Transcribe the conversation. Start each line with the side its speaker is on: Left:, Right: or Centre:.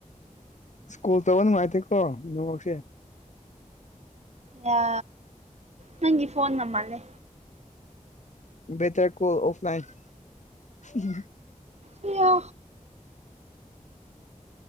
Left: ꯀꯣꯜ ꯇꯧꯕ ꯅꯨꯡꯉꯥꯏꯇꯦꯀꯣ ꯅꯦꯋꯥꯛꯁꯦ꯫
Right: ꯌꯥ ꯅꯪꯒꯤ ꯐꯣꯟ ꯅꯃꯜꯂꯦ꯫
Left: ꯕꯦꯇꯔ ꯀꯣ ꯑꯣꯐꯂꯥꯏꯟ ꯍꯨꯝ ꯍꯨꯝ꯫
Right: ꯄꯤꯌꯣ